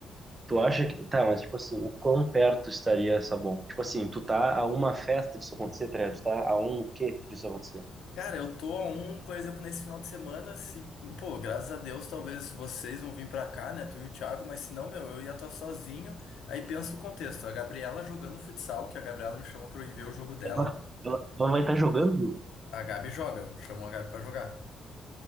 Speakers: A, on the right (about 20°); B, on the left (about 80°).
A: Tu acha que. Tá, mas tipo assim, o quão perto estaria essa bomba? Tipo assim, tu tá a uma festa disso acontecer, tá ligado? Tu tá a um o quê disso acontecer?
B: Cara, eu tô a um, por exemplo, nesse final de semana, se, pô, graças a Deus, talvez vocês vão vir pra cá, né, tu e o Thiago, mas se não, meu, eu ia estar sozinho. Aí pensa o contexto, a Gabriela jogando futsal, que a Gabriela me chamou pra eu ir ver o jogo dela.
A: Ela, ela, ela vai estar jogando,
B: A Gabi joga, chamou a Gabi pra jogar.